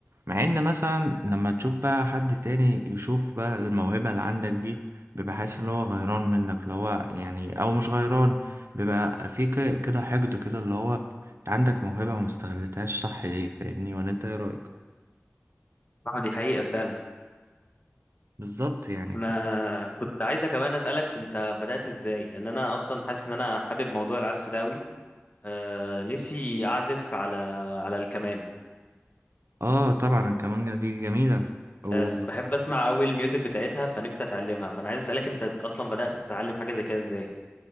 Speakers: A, on the right; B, on the left.
A: مع ان مثلا لما تشوف بقى حد تاني يشوف بقى الموهبة اللي عندك دي بيبقى حاسس ان هو غيران منك اللي هو يعني او مش غيران بيبقى في ك- كده حقد كده اللي هو انت عندك موهبة وما استغلتهاش صح ليه فاهمني ولا انت ايه رأيك
B: اه دي حقيقة فعلا
A: بالظبط يعني
B: انا كنت عايزة كمان أسألك انت بدأت ازاي لان انا اصلا حاسس ان انا حابب موضوع العزف ده قوي آه نفسي اعزف على على الكمان
A: اه طبعا الكمانجة دي جميلة
B: فعلا
A: و...
B: بحب اسمع قوي الميوزك بتاعتها فنفسي اتعلمها فانا عايز أسألك انت اصلا بدأت تتعلم حاجة زي كده ازاي